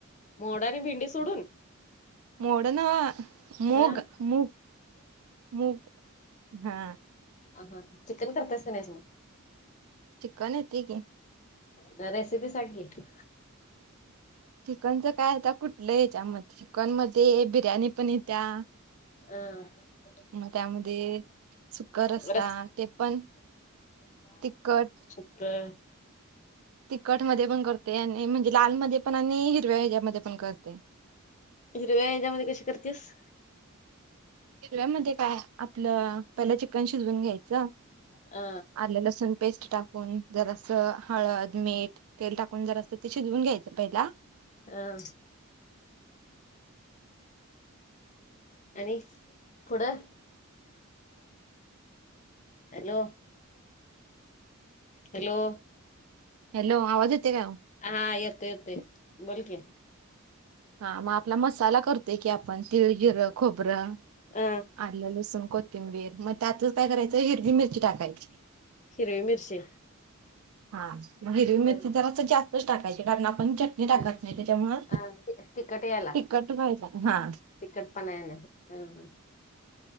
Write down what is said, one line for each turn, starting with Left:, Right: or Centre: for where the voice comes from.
Left: मोड आणि भेंडी सोडून?
Right: मोड नव्हं मूग
Left: अ
Right: मूग मूग हा.
Left: असं अस चिकन करतीयास काय नाहीस म?
Right: चिकन येतंय की.
Left: जरा रेसिपी सांग की.
Right: चिकनचं काय आता कुठलं यांच्यामध्ये, चिकन मध्ये बिर्याणी पण येत्या
Left: अह.
Right: म त्यामध्ये सुक्का रस्सा
Left: रस
Right: ते पण तिखटं.
Left: बरं.
Right: तिखटमध्ये पण करते, आणि म्हणजे लालमध्ये पण आणि हिरव्या हेच्यामध्ये पण करते.
Left: हिरव्या हेच्यामध्ये कशी करतीस?
Right: हिरव्यामध्ये काय आपलं पहिला चिकन शिजवून घ्यायचं
Left: अ
Right: आल्ल, लसूण पेस्ट टाकून जरास हळद, मीठ, तेल टाकून जरास ते शिजवून घ्यायचं पहिला.
Left: अ, आणि पुढं हॅलो हॅलो,
Right: हॅलो, आवाज येते काव?
Left: हा येतो येतोय. बोल की,
Right: हा मग आपला मसाला करतोय की आपण तिळ, जीरं, खोबरं,
Left: अ
Right: आलं, लसूण, कोथिं थिंबीर मग त्यातच काय करायचं? हिरवी मिरची टाकायची.
Left: हिरवी मिरची
Right: हा, हिरवी
Left: अ
Right: मिरची जरासं जास्तच टाकायची. कारण आपण चट ते टाकत
Left: म्हणजे
Right: नाही त्याच्यामुळ
Left: अ तिखट यायला
Right: तिखट व्हायच हा
Left: तिखटपणा येणासाठी. ह ह,